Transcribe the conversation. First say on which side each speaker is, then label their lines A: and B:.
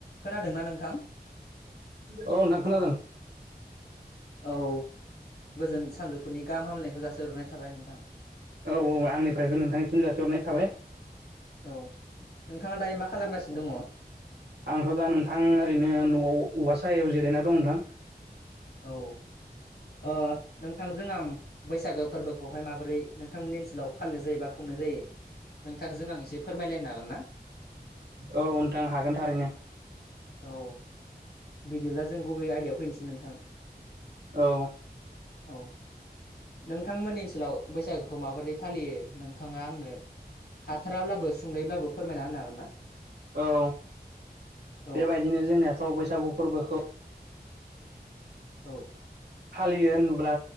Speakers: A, on the left; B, on the right.
A: खोनादोंना नोंथां
B: औ नोंथां खोनादों
A: औ गोजोन सानजौफुनि गाहाम हामलायनायखौ जसिहरनाय थाबाय नोंथां
B: औ औ आंनिफ्रायबो नोंथांनिसिम जासिहरनाय थाबाय।
A: औ नोंथाङा दायो मा खालामगासिनो दङ।
B: आंथ' दा नोंथां ओरैनो न'आव औवा साहायाव जिरायना दं नोंथां।
A: औ ओ नोंथांजों आं बैसागो फोरबोखौहाय माबोरै नोंथांमोननि ओनसोलाव फालिनाय जायो बा खुंनायनाय जायो नोंथांजों आं एसे फोरमायलायनो हागोन ना?
B: औ नोंथां हागोन थारैनो।
A: औ बिदिब्ला जों गुबै आयडायाव फैनोसै नोंथां।
B: औ
A: औ नोंथांमोननि ओनसोलाव बैसागोखौ माबोरै फालियो नोंथाङा आंनो हाथाराब्लाबो सुंदब्लाबो फोरमायना होनो हागोन ना?
B: औ
A: औ
B: बेबायदिनो जोंनियाथ' बैसागु फोरबोखौ।
A: औ
B: फालियो होनब्ला